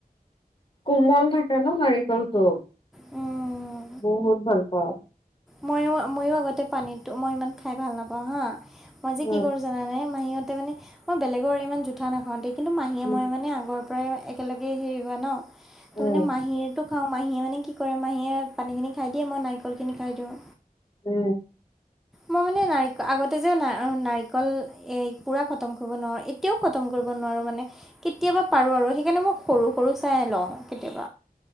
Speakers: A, on the left (about 35°); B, in the centre.
A: কোমল থাকে ন নাৰ। তেলটো।
B: উম।
A: বহুত ভাল পাওঁ।
B: মইো ময়ো আগতে পানীতো মই ইমান খাই ভাল নাপাওঁ হা মই যে
A: উম,
B: কি কৰো জানানে মাহীতে মানে মই বেলেগৰ ইমান জোঠা নাখাওঁতে কিন্তু মাহীয়ে
A: উম,
B: মই মানে আগৰ পৰা প্ৰায় একেলগে হেৰি হোৱা ন তো
A: উম,
B: মানে মাহীৰটোক খাওঁ মাহীয়ে মানে কি কৰে মাহীয়ে পানীখিনি খাই দিয়ে মই নাৰিকলখিনি খাই দিওঁ
A: উম
B: মই মানে ন আগতে যে নাৰিকল পুৰা খতম কৰিব নোৱাৰো এতিয়াও খতম কৰিব কেতিয়াবা পাৰো আৰু সেইকাৰণে মই সৰু সৰু চাই ল কেতি